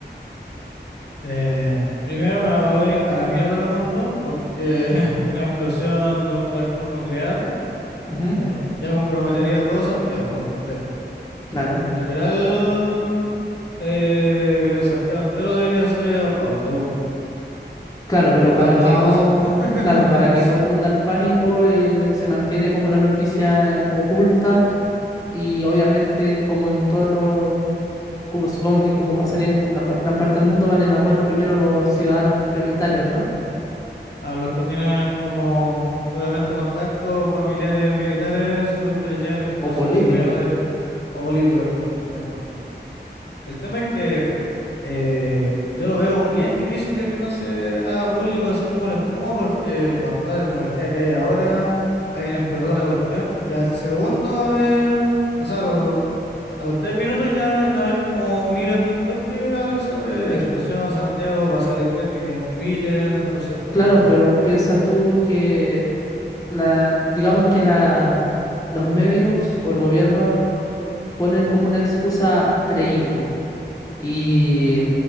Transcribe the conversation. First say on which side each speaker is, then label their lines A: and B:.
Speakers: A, on the left; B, on the left.
A: Eh, primero me voy a la mierda del mundo porque <laughs> una explosión de un reactor nuclear
B: Ujú,
A: eh, ya comprometería a todo Santiago por completo.
B: Claro,
A: Pero literal, eh, Santiago entero debería ser evacuado de una,
B: claro, pero
A: lo
B: para
A: cual no
B: que
A: va
B: no,
A: a pasar. <laughs>
B: claro, para que no cunda el pánico, eh, se mantiene como la noticia oculta y obviamente como en todos los como- supongo que como pasaría en la par- gran parte del mundo, van a evacuar primero los ciudadanos prioritarios, ¿no?
A: Claro, los que tienen como mm, seguramente contactos familiares militares son los que les llega la información
B: O políticos.
A: primero de, o políticos también, son importantes. El tema es que mm, eh, yo lo veo bien difícil de que no se haga público así como la espuma, porque con toda la tecnología que hay ahora, alguien explotó la cuestión y al segundo va a haber, o sea, lo- a los tres minutos ya van a haber como un hilo en TikTok que hable sobre explosión Santiago, va a salir trending en Twitter, entonces como...
B: Claro, pero piensa tú que la, digamos que la, los medios o el gobierno ponen como una excusa creíble. Y